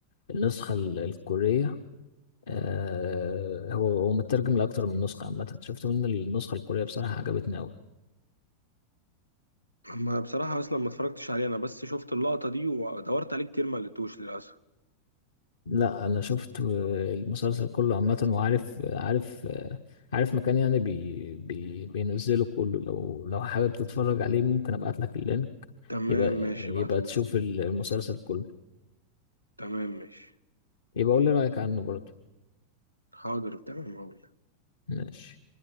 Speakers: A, on the left (about 65°); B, on the right (about 85°).
A: النسخة ال- الكورية آه هو هو مترجم لأكتر من نسخة عامة شفت منه النسخة الكورية بصراحة عجبتني أوي
B: ما بصراحه اصلا ما اتفرجتش عليه انا بس شفت اللقطه دي ودورت عليه كتير ما لقيتوش للاسف
A: لا انا شفت آه، المسلسل كله عامة وعارف عارف آه، عارف مكان يعني بي بي بينزله كله لو لو حابب تتفرج عليه ممكن ابعت لك اللينك
B: تمام
A: يبقى
B: ماشي
A: يبقى
B: ابعتهولي
A: تشوف المسلسل كله
B: تمام ماشي
A: يبقى قول لي رأيك عنه برضه
B: حاضر تمام هقول
A: ماشي